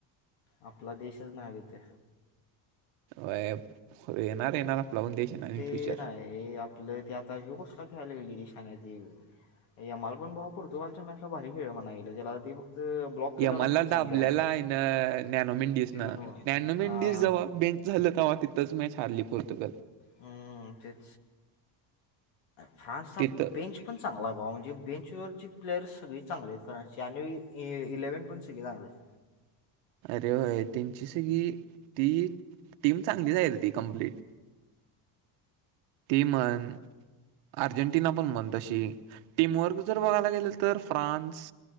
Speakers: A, on the left; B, on the right.
A: आपला देशच नाय तीत.
B: व्हय येणार येणार आपला पण देश. येणार इन
A: ते
B: फ्युचर.
A: नाही आपलं ते आता ह्यो कसला खेळायला ईशान ते. यमाल पण बाबा पोर्तुगालच्या मॅचला भारी खेळल म्हणाय च ते ला ते फक्त. ब्लॉक केलेला
B: यमाला
A: म्हणून सांगत्या
B: दाबलेला आहे न नॅनो मेंडीस
A: नो
B: न
A: नो
B: नॅनो
A: हां
B: मेंडीस जवा बे. झालं कव्हा तिथंच मॅच हारली पोर्तुगल.
A: हा तेच फ्रानसचा
B: तिथं
A: बेंच. पण चांगला भााव म्हणजे बेंचवरचे प्लेअर्स सगळे चांगले आहेत खरांची आणि इलेवन पण सगळे चांगले आहेत.
B: अरे होय त्यांची सगळी ती टीम चांगलीच आहे रे ती कम्प्लीट. ती म्हण. अर्जेंटिना पण म्हण तशी टीमवर्क जर बघायला गेल तर फ्रान्स.